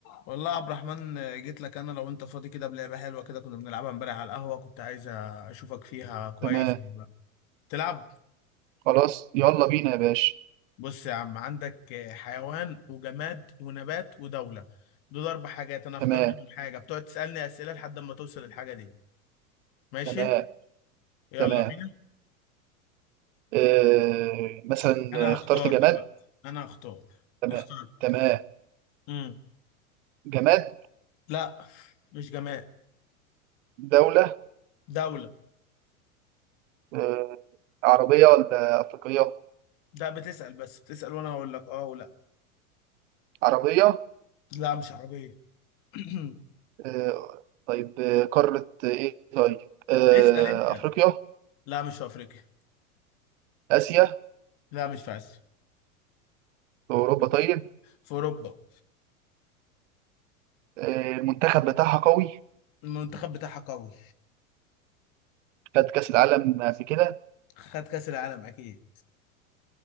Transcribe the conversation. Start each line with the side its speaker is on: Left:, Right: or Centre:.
Left: والله يا عبد الرحمن جيت لك انا لو انت فاضي كده بلعبه حلوه كده كنا بنلعبها امبارح على القهوه كنت عايز اشوفك فيها كويس
Right: تمام
Left: ولا لا. تلعب
Right: خلاص يلا بينا يا باشا
Left: بص يا عم عندك حيوان وجماد ونبات ودوله دول اربع حاجات انا هختار
Right: تمام
Left: منهم حاجه بتقعد تسالني اسئله لحد ما توصل للحاجه دي ماشي
Right: تمام
Left: يلا
Right: تمام
Left: بينا
Right: آه مثلا
Left: انا
Right: اخترت
Left: هختار
Right: جماد
Left: دلوقتي انا هختار
Right: تمام
Left: اختار
Right: تمام
Left: امم
Right: جماد
Left: لا مش جماد
Right: دولة
Left: دوله
Right: آه عربية ولا أفريقية
Left: ده بتسال بس بتسال وانا هقول لك اه ولا
Right: عربية
Left: لا مش عربيه <clears throat>
Right: آه طيب آه، قارة إيه طيب آه
Left: اسال انت
Right: أفريقيا
Left: لا مش في افريقيا
Right: آسيا
Left: لا مش في اسيا
Right: أوروبا طيب
Left: في اوروبا
Right: آه المنتخب بتاعها قوي
Left: المنتخب بتاعها قوي
Right: خد كأس العالم قبل كده
Left: خد كاس العالم اكيد